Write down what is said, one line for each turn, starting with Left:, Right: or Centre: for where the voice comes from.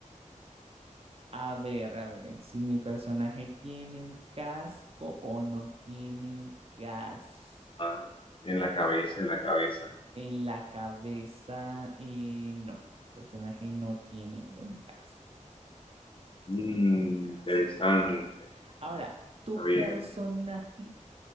Right: A ver, a ver, si mi personaje tiene un casco o no tiene un casco.
Left: Ah, en la cabeza, en la cabeza.
Right: En la cabeza, eh, no, el personaje no tiene un casco,
Left: Mm,
Right: tiene un casco.
Left: interesante.
Right: Ahora, tu
Left: Está bien.
Right: personaje,